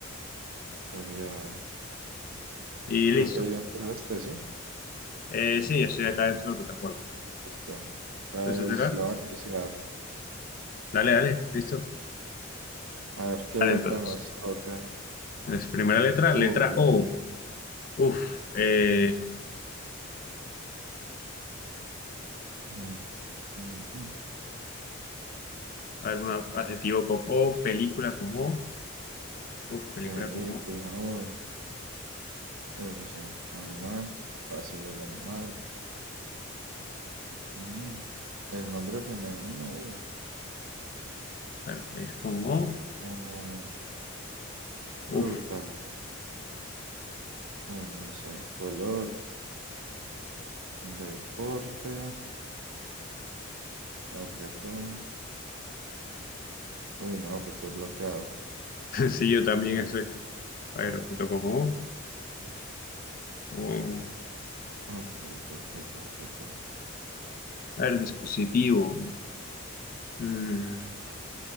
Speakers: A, on the right (about 80°); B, on the left (about 40°).
A: Entonces ya.
B: Y
A: Creo
B: listo.
A: que ya entraste, sí.
B: Eh, sí, estoy acá dentro de la plataforma.
A: Listo. Entonces
B: Entonces acá,
A: la voy a iniciar.
B: dale, dale, listo.
A: A ver qué
B: Vale,
A: letra
B: entonces.
A: nos toca.
B: es primera letra,
A: Uh,
B: letra O. Uf, eh,
A: mm, mm, mm.
B: a ver, un adjetivo con O, película con O. Uf, película
A: Película,
B: con O.
A: uy. Uy, no sé. Animal. Fácil el animal. Mm, El nombre femenino, uy.
B: A ver, país con O.
A: o
B: Uf.
A: fruta. Uy, no sé. Color. Deporte. Objeto. Uy, no, que estoy bloqueado.
B: <laughs> Sí, yo también
A: Ah,
B: estoy. A ver, objeto como O,
A: Objeto, objeto, objeto.
B: a ver, dispositivo. Mm,